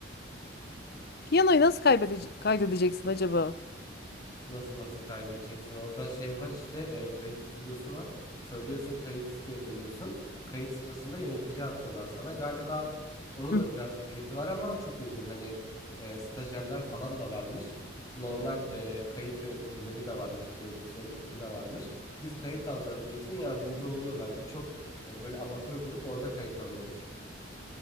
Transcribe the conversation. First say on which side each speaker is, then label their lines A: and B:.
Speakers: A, on the left; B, on the left.
A: Piyanoyu nasıl kaybedece- kaydedeceksin acaba?
B: Nasıl nasıl kaydedeceksin? Orada şey var işte e, kayıt stüdyosu var. Söylüyorsun kayıt istiyorum diyorsun. Kayıt sırasında yönetici atıyorlar sana. Galiba onun
A: Hı.
B: da biraz bir ücreti var ama çok uygun. Hani e, stajyerler falan da varmış. Normal e, kayıt yöneticileri de varmış. Prodüksiyon ekibi de varmış. Biz kayıt alacağız diyorsun yardımcı oluyorlar. Birçok e, böyle amatör grup orada kayıt alıyormuş.